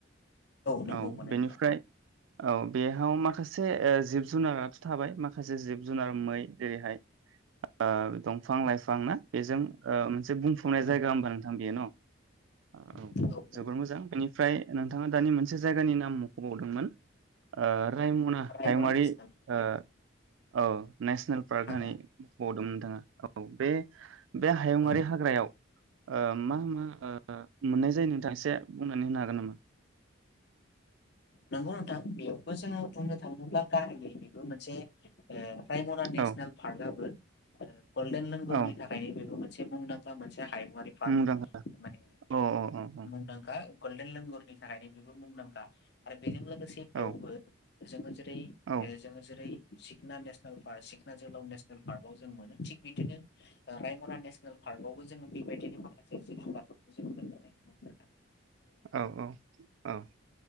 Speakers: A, on the left; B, on the right.
A: नंगौ
B: औ
A: मोनो
B: बेनिफ्राय
A: नोंथां
B: औ बेयाव माखासे ओ जिब जुनाराथ' थाबाय माखासे जिब जुनार मै जेरैहाय ओ दंफां लाइफां ना बेजों ओ मोनसे बुंफुंनाय
A: औ
B: जायगा हबा नोंथां बेयो न' औ
A: औ नंगौ
B: जोबोर
A: नोंथां
B: मोजां बेनि फ्राय नोंथाङा दानि मोनसे जायगानि नाम मख'बावदोंमोन ओ रायमना
A: रायमना
B: हायुंङारि
A: नेसनेल
B: ओ औ नेसनेल पार्क
A: हाग्रा
B: होननानै मख'दोंमोन नोंथाङा औ बे बे हायुङारि
A: औ
B: हाग्रायाव ओ मा मा ओ ओ मोननाय जायो नोंथां एसे बुं नानि होनो हागोन नामा
A: नंगौ नोंथां बेयावबो जोङो बुंनो थाङोब्ला गाहायनि बेबो मोनसे ओ रायमना नेसनेल
B: औ
A: पार्कआबो आरो गलदेन लेंगरनि
B: औ
A: थाखायनो बेबो मोनसे मुंदांखा मोनसे हायुङारि पार्क
B: मुंदांखा
A: माने
B: औ औ
A: मुंदांखा गल्डेन लेंगुरनि थाखायनो बेबो मुंदांखा आरो बेजों लोगो से बेयावबो
B: औ
A: जोङो जे रै
B: औ
A: ओ जोङो जेरै सिखना नेसनेल पार्क सिखना जोहोलाव नेसनेल पार्कआव जों मोनो थिग बिदिनो ओ रायमना नेसनेल पार्कआव बो जोङो बेबायदिनो माखासे जिब जोनारफोरखौ जों मोननो नागिरो मोन
B: औ औ औ